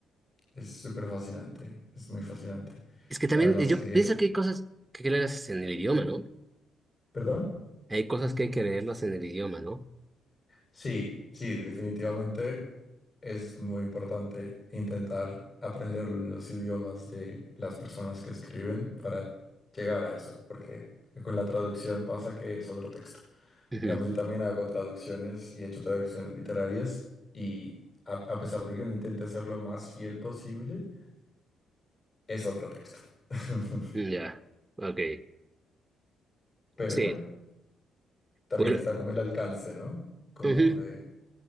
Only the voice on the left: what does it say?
Es súper fascinante, es muy fascinante.
Además
que,
¿perdón?
Sí, sí, definitivamente es muy importante intentar aprender los idiomas de las personas que escriben para llegar a eso, porque con la traducción pasa que es otro texto.
Digamos, yo también hago traducciones y he hecho traducciones literarias y a, a pesar de que uno intente ser lo más fiel posible, es otro texto. <laughs>
Pero
bueno, también
está como el alcance, ¿no? Como
de,